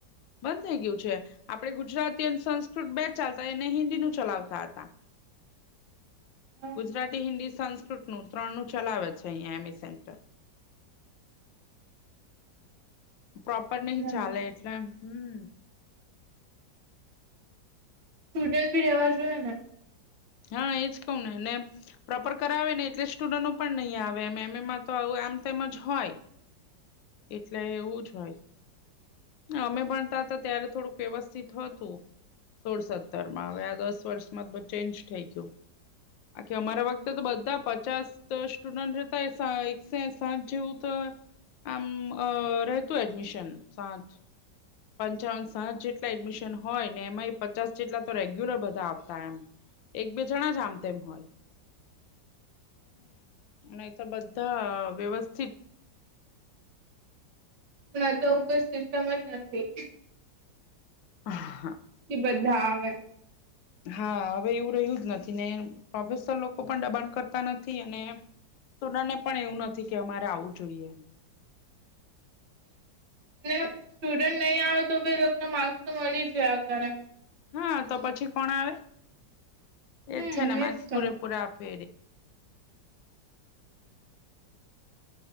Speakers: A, on the left (about 85°); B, on the right (about 85°).
A: બંધ થઇ ગયું છે. આપણે ગુજરાતી અને સંસ્કૃત બે ચાલતા એને હિન્દી નું ચલાવતા હતા
B: હા
A: ગુજરાતી હિન્દી સંસ્કૃત નું ત્રણ નું ચલાવે છે અહીયાં એમ એ સેન્ટર પ્રોપર નહિ
B: બરાબર
A: ચાલે એટલે હમ્મ
B: સ્ટુડન્ટ ભી રેવા જોઈએ ને.
A: હા એજ કહું ને ને. પ્રોપર કરાવે ને એટલે સ્ટુડન્ટો પણ નહીં આવે એમ એમ એમાં તો આવ આમ તેમજ હોય એટલે એવું જ હોય અમે ભણતા હતા ત્યારે થોડુંક વ્યવસ્થિત હતું સોળ સત્તર માં હવે આ દસ વર્ષમાં તૉ ચેન્જ થઈ ગયું આકી અમારા વખતે તો બધા પચાસ સ્ટુડન્ટ હતા એ એક સ સાઠ જેવું તો આમ રહેતું એડમિશન સાત. પંચાવન સાઠ જેટલા એડમિશન હોય ને એમાં એ પચાસ જેટલા તો રેગ્યુલર બધા આવતા એમ એક બે જણા જ આમ તેમ હોય. હમ ન તો બધા વ્યવસ્થિત
B: આ તો આવું કોઈ સિસ્ટમ જ નથી.
A: હા હા.
B: બધા આવે
A: હા હવે એવું રહ્યું જ નથી ને પ્રોફેશનલ લોકો પણ દબાણ કરતા નથી અને સ્ટુડન્ટને પણ એવું નથી કે અમારે આવું જોઈએ
B: ને સ્ટુડન્ટ નહીં આવે તો ભી એ લૉકને માર્ક્સ તો મળી જ આ કર
A: હા તો પછી કોણ આવે
B: હમ
A: એ છે ને માર્ક્સ
B: એજ
A: પૂરે
B: તો
A: પૂરા આપે